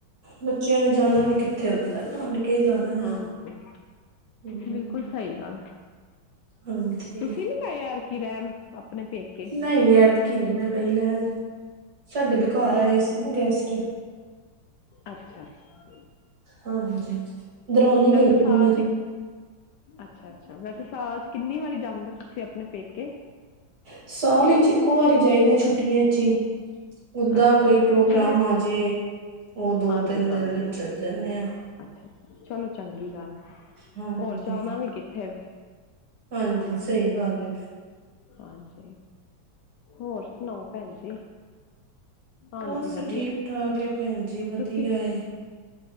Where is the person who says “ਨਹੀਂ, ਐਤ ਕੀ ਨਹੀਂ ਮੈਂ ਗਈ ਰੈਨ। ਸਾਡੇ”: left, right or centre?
Right